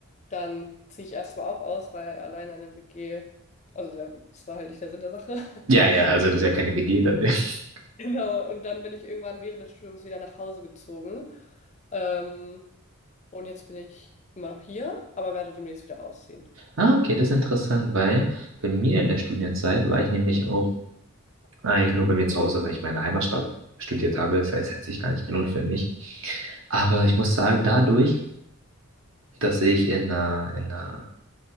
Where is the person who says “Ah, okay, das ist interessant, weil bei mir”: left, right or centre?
Right